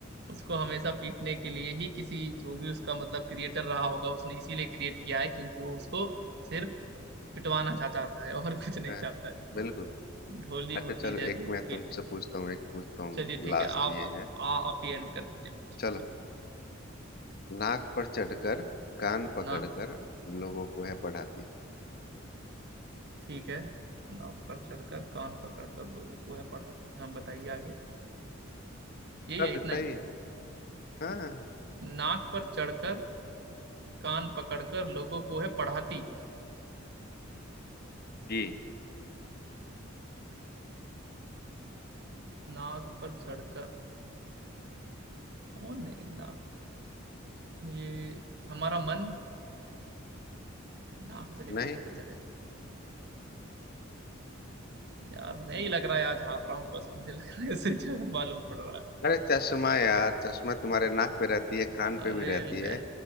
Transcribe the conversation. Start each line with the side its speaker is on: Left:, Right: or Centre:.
Right: उसको हमेशा पीटने के लिए ही किसी जो भी उसका मतलब क्रिएटर रहा होगा उसने इसीलिए क्रिएट किया है क्योंकि वो उसको सिर्फ पिटवाना चा चाहता है और <laughs> कुछ नहीं
Left: हाँ,
Right: चाहता है
Left: बिल्कुल
Right: ढोली वो
Left: अच्छा चलो
Right: चीज है
Left: एक
Right: जो
Left: मैं
Right: पीटे
Left: तुमसे पूछता हूँ एक पूछता हूँ
Right: चलिए ठीक
Left: लास्ट
Right: है आप
Left: ये है
Right: आ, आप ही एंड कर दीजिए
Left: चलो
Right: चलिए
Left: नाक पर चढ़कर कान पकड़कर
Right: ना
Left: लोगों को है पढ़ाती
Right: ठीक है नाक पर चढ़कर कान पकड़कर लोगों को है पढ़ाती हाँ बताइए आगे यही
Left: बस
Right: है इतना
Left: इतना
Right: ही
Left: ही
Right: है
Left: है हाँ
Right: नाक पर चढ़कर कान पकड़कर लोगों को है पढ़ाती
Left: जी
Right: नाक पर चढ़कर कौन है नाक ये हमारा मन नाक से लेकर
Left: नहीं
Right: कैसे चढ़ेगा यार मैं ही लग रहा है आज हार रहा हूँ बस मुझे लग रहा है ऐसे ही <laughs> मालूम पड़ रहा है
Left: अरे चश्मा यार चश्मा तुम्हारे नाक पे रहती है कान
Right: अरे
Left: पे भी रहती
Right: ले
Left: है